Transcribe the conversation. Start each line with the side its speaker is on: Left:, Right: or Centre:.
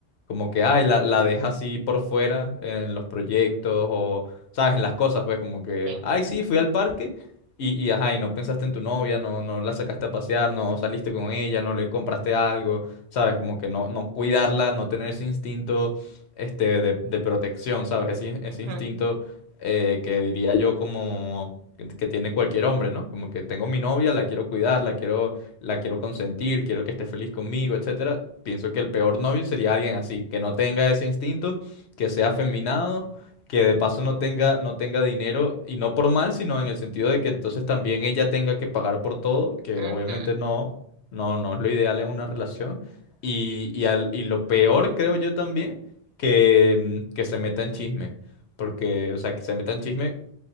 Left: como que, ay, la, la deja así por fuera en los proyectos o ¿sabes? En las cosas, pues como que,
Right: sí.
Left: ay, sí, fui al parque y, y ajá, y no pensaste en tu novia, no, no la sacaste a pasear, no saliste con ella, no le compraste algo, ¿sabes? Como que no, no cuidarla, no tener ese instinto este, de, de protección, ¿sabes? Ese, in- ese
Right: Ujú,
Left: instinto eh, que diría yo como... que que tiene cualquier hombre, ¿no? Como que tengo mi novia, la quiero cuidar, la quiero, la quiero consentir, quiero que esté feliz conmigo, etcétera. Pienso que el peor novio sería alguien así, que no tenga ese instinto, que sea afeminado que de paso no tenga, no tenga dinero, y no por mal, sino en el sentido de que entonces también ella tenga que pagar por todo, que
Right: ujú,
Left: obviamente no, no, no es lo ideal en una relación. Y, y, al- y lo peor, creo yo también, que, mm, que se meta en chisme. Porque, o sea, que se meta en chisme